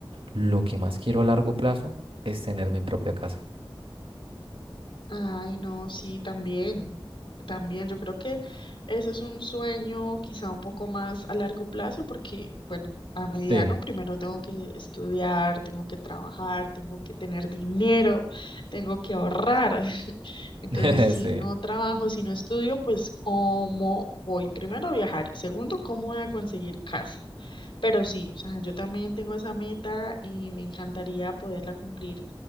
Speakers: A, on the right; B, on the left.
A: Lo que más quiero a largo plazo es tener mi propia casa.
B: Ay, no, sí, también, también. Yo creo que eso es un sueño quizá un poco más a largo plazo porque, bueno, a mediano
A: Sí,
B: primero tengo que estudiar, tengo que trabajar, tengo que tener dinero, tengo que ahorrar. <laughs> Entonces,
A: <laughs>
B: si no
A: sí,
B: trabajo, si no estudio, pues ¿cómo voy? Primero a viajar y segundo, ¿cómo voy a conseguir casa? Pero sí, o sea, yo también tengo esa meta y me encantaría poderla cumplir